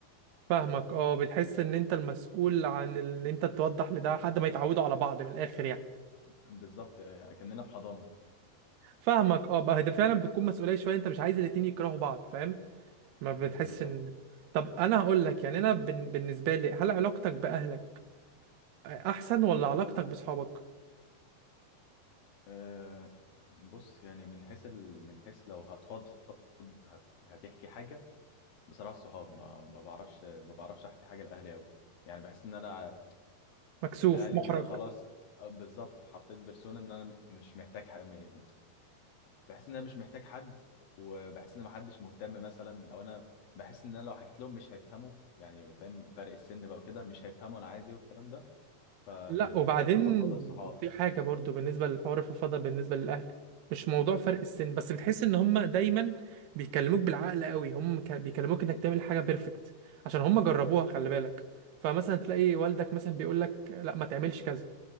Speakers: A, on the right; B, on the left.
A: فاهمك اه بتحس ان انت المسؤول عن ان انت توضح لده لحد ما يتعودوا على بعض من الاخر يعني
B: بالظبط آه، كاننا في حضانه
A: فاهمك اه بقى ده فعلا بتكون مسؤوليه شويه انت مش عايز الاتنين يكرهوا بعض فاهم ما بتحس
B: بالظبط
A: ان طب انا هقول لك يعني انا بن... بالنسبه لي هل علاقتك باهلك احسن ولا علاقتك بصحابك
B: أه بص يعني من حيث ال... من حيث لو هتفضفض هت... هتحكي حاجة بصراحة الصحاب ما... ما بعرفش ما بعرفش أحكي حاجة لأهلي أوي يعني بحس إن أنا
A: مكسوف
B: لأهلي
A: محرج
B: كده خلاص آه، بالظبط حطيت بيرسونا إن أنا م- مش محتاج ح... م- بحس إن أنا مش محتاج حد وبحس إن محدش مهتم مثلا أو أنا بحس إن أنا لو حكيت لهم مش هيفهموا يعني فاهم فرق السن بقى وكده مش هيفهموا أنا عايز إيه والكلام ده ففي
A: لا وبعدين
B: حتة الفضفضة الصحاب
A: في حاجة برضو بالنسبة للحوار الفضفضة بالنسبة للأهل مش موضوع فرق السن بس بتحس إن هما دايما بيكلموك بالعقل قوي هم ك- بيكلموك إنك تعمل حاجة بيرفكت عشان هما جربوها خلي بالك فمثلا تلاقي والدك مثلا بيقول لك لا ما تعملش كذا